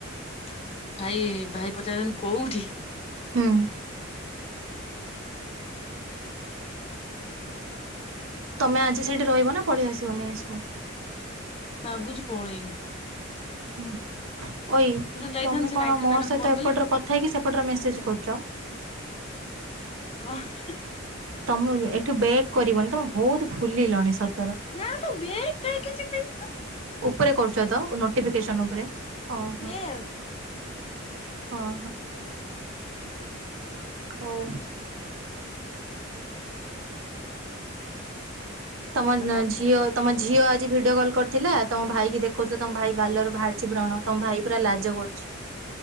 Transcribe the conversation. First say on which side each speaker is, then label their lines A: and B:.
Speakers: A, on the left; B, on the right.
A: ଭାଇ ଭାଇ ପଚାରୁ <unintelligible> କୋଉଠି?
B: ହୁଁ ତମେ ଆଜି ସେଇଠି ରହିବ ନା ପଳେଇ ଆସିବ ମେସ୍ ପ
A: ଭାବୁଚି ପଳେଇବି
B: ହୁଁ ଓଇ
A: ଯାଇଥାନ୍ତି
B: ତମେ
A: ସେ
B: କଣ
A: ଗାୟତ୍ରୀ
B: ମୋ
A: ମ୍ୟାଡାମ
B: ସହିତ
A: ଫୋନ
B: ଏପଟରେ
A: କଲେ
B: କଥା ହେଇକି ସେପଟରେ ମେସେଜ କରୁଛ?
A: କ ହ ହ
B: ତମ ଏଠୁ ବେକ୍ କରିବନି ତମେ ବହୁତ ଫୁଲିଲଣି ସତ୍
A: ନା ତ ବେଗ୍ ଖାଇ କି <unintelligible> ଖାଇନି ତ?
B: ଉପରେ କରୁ ଚ ତ ନୋଟିଫିକେସନ ଉପରେ ହ ହ
A: ୟେସ୍
B: ହ ହଁ ହଉ। ତମନ
A: ହାଲୋ
B: ଝିଅ ତମ ଝିଅ ଆଜି ଭିଡିଓ କଲ୍ କରିଥିଲା ତମ ଭାଇକି ଦେଖ କହୁଛ ତମ ଭାଇ ଗାଲରୁ ବାହାରିଛି ବ୍ରଣ ତମ ଭାଇ ପୁରା ଲାଜ କରୁଛି